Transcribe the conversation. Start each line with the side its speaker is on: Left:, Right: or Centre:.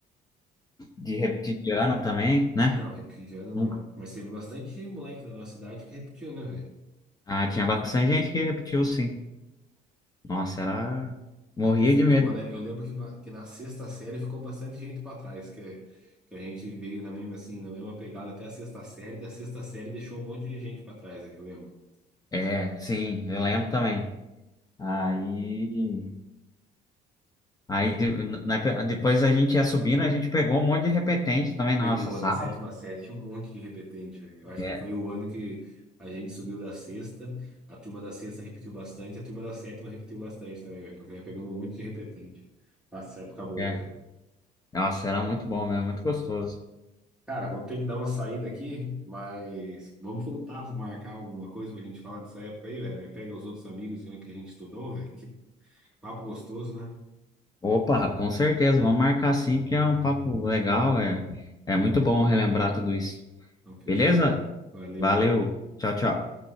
Left: de repetir de ano também, né?
Centre: Não, repetir de ano não.
Left: Nunca.
Centre: Mas teve bastante moleque da nossa idade que repetiu, né, velho?
Left: Ah, tinha bastante gente que repetiu, sim. Nossa, era. Morria
Centre: Que ficou,
Left: de medo.
Centre: né? Eu lembro que, ba- que na sexta série ficou bastante gente pra trás, que, que a gente veio na mesma, assim, na mesma pegada até a sexta série, da sexta série deixou um monte de gente pra trás, né, que eu lembro.
Left: É, sim, eu lembro também. Aí. Aí de- na- depois a gente ia subindo, a gente pegou um monte de repetente também na
Centre: Pegou
Left: nossa sala.
Centre: na sétima série um monte de repetente, velho. Eu acho
Left: É,
Centre: que foi o ano que a gente subiu da sexta, a turma da sexta repetiu bastante, a turma da sétima repetiu bastante também, velho, porque nós pegamos um monte de repetente. Nossa, época boa,
Left: é.
Centre: cara.
Left: Nossa, era muito bom mesmo, muito gostoso.
Centre: Cara, vou ter que dar uma saída aqui, mas vamos voltar, vou marcar alguma coisa pra gente falar dessa época aí, velho. né? Pega os outros amigos né, que a gente estudou, velho. Que papo gostoso, né?
Left: Opa, com certeza, vamos marcar sim, porque é um papo legal, é, é muito bom relembrar tudo isso.
Centre: Então, fechou.
Left: Beleza?
Centre: Valeu.
Left: Valeu, tchau, tchau.